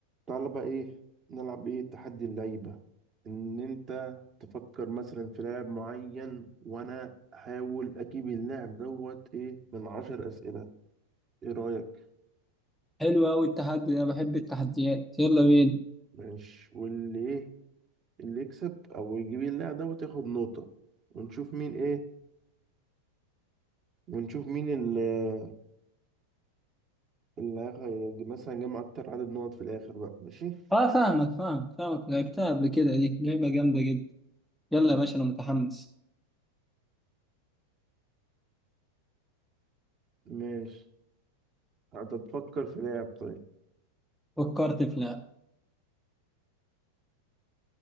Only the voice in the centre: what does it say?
حلو أوي التحدي ده، أنا بحب التحديات يلا بينا
أه فاهمك فاهمك فاهمك لعبتها قبل كده دي لعبة جامدة جدا يلا يا باشا أنا متحمس
فكرت في لعبة